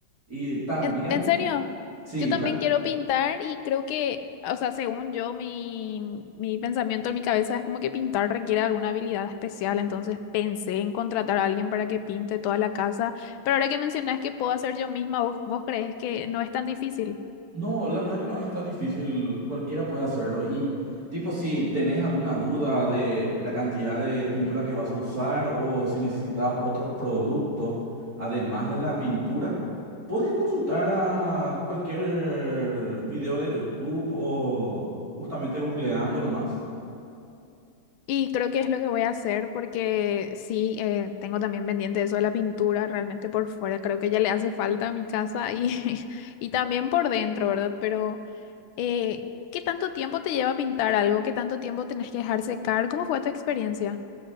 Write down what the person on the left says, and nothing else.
En, en serio,
yo también quiero pintar y creo que, o sea, según yo, mi, mi pensamiento en mi cabeza es como que pintar requiere alguna habilidad especial, entonces pensé en contratar a alguien para que pinte toda la casa, pero ahora que mencionas que puedo hacer yo misma, ¿vos, vos crees que no es tan difícil?
Y creo que es lo que voy a hacer porque sí, eh, tengo también pendiente eso de la pintura, realmente por fuera creo que ya le hace falta a mi casa y, <laughs> y también por dentro, ¿verdad? Pero... Eh, ¿qué tanto tiempo te lleva pintar algo? ¿Qué tanto tiempo tenés que dejar secar? ¿Cómo fue tu experiencia?